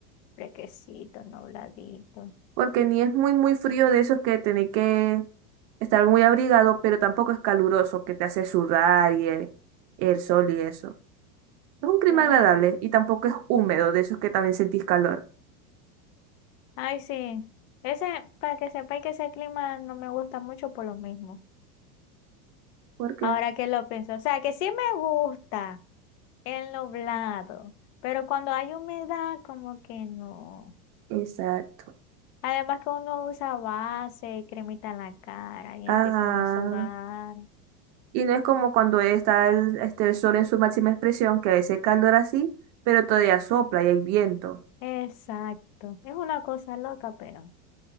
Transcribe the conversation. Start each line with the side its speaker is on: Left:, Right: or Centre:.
Left: fresquecito, nubladito.
Right: Porque ni es muy, muy frío de esos que tenés que estar muy abrigado, pero tampoco es caluroso, que te hace sudar y el, el sol y eso. Es un clima
Left: Claro,
Right: agradable y tampoco es húmedo, de esos que también sentís calor.
Left: Ay, sí, ese, para que sepáis que ese clima no me gusta mucho por lo mismo,
Right: ¿Por qué?
Left: ahora que lo pienso, o sea, que sí me gusta el nublado, pero cuando hay humedad como que no.
Right: Exacto.
Left: Además que uno usa base y cremita en la cara y empieza
Right: Ajá.
Left: uno a sudar.
Right: Y no es como cuando está el, este, el sol en su máxima expresión, que ese calor así, pero todavía sopla y hay viento.
Left: Exacto. Es una cosa loca, pero